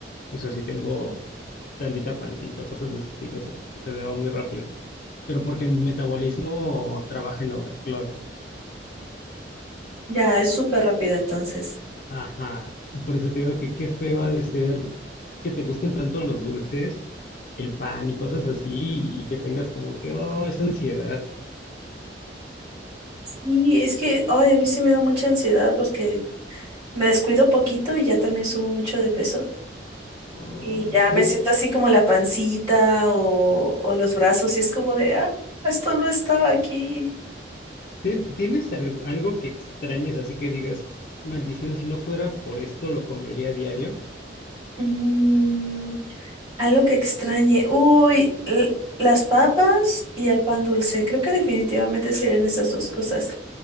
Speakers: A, on the left; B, on the right.
A: O sea, si tengo tantita pancita, cosas de ese estilo, se, se me va muy rápido. Pero porque mi metabolismo trabaja en overclock.
B: Ya, es súper rápido entonces.
A: Ajá. Por eso te digo que qué feo ha de ser que te gusten tanto los dulces, el pan y cosas así, y que tengas como que, oh, esa ansiedad.
B: Y es que, ay, a mí sí me da mucha ansiedad porque me descuido poquito y ya también subo mucho de peso.
A: oh,
B: Y ya me
A: de-
B: siento así como la pancita o, o los brazos y es como de, ah, esto no estaba aquí.
A: ¿tien- ¿Tienes algo, algo que extrañes así que digas, maldición, si no fuera por esto lo comería a diario?
B: Mm, Algo que extrañe. Uy, l- las papas y el pan dulce. Creo que definitivamente serían esas dos cosas.